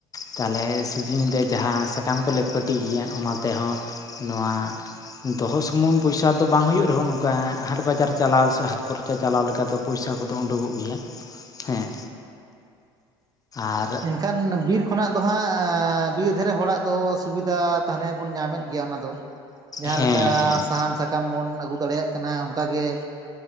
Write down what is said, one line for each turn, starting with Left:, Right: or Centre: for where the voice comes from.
Left: ᱛᱟᱦᱚᱞᱮ ᱥᱤᱡᱤᱱ ᱨᱮ ᱡᱟᱸᱦᱟ ᱥᱟᱠᱟᱢ ᱠᱚᱞᱮ ᱯᱟᱹᱴᱤ ᱜᱮᱭᱟ ᱚᱱᱟ ᱛᱮ ᱦᱚᱸ ᱱᱚᱣᱟ ᱫᱚᱦᱚ ᱥᱩᱢᱩᱝ ᱯᱚᱭᱥᱟ ᱫᱚ ᱵᱟᱝ ᱦᱩᱭᱩᱜ ᱨᱮ ᱦᱚᱸ ᱱᱚᱝᱠᱟ ᱦᱟᱴ ᱵᱟᱡᱟᱨ ᱪᱟᱞᱟᱣ ᱥᱮ ᱦᱟᱛ ᱠᱷᱚᱨᱪᱟ ᱪᱟᱞᱟᱣ ᱞᱮᱠᱟ ᱫᱚ ᱯᱚᱭᱥᱟ ᱠᱚ ᱠᱚ ᱫᱚ ᱩᱰᱩᱠᱚᱜ ᱜᱮᱭᱟ ᱦᱮᱸ ᱟᱨ
Right: ᱮᱱᱠᱷᱟᱱ <unintelligible> ᱫᱚ ᱦᱟᱸᱜ ᱵᱤᱨ ᱫᱷᱟᱨᱮ ᱦᱚᱲᱟᱜ ᱫᱚ ᱥᱩᱵᱤᱫᱟ ᱛᱟᱦᱚᱞᱮ ᱵᱚᱱ ᱧᱟᱢ ᱮᱫ ᱜᱮᱭᱟ ᱚᱱᱟ ᱫᱚᱼᱼ ᱡᱟᱸᱦᱟ
Left: ᱦᱮᱸ
Right: ᱞᱮᱠᱟ
Left: ᱦᱮᱸ
Right: ᱥᱟᱦᱟᱱ ᱥᱟᱠᱟᱢ ᱵᱚᱱ ᱟᱹᱜᱩ ᱫᱟᱲᱮᱭᱟᱜ ᱠᱟᱱᱟ ᱚᱱᱠᱟ ᱜᱮ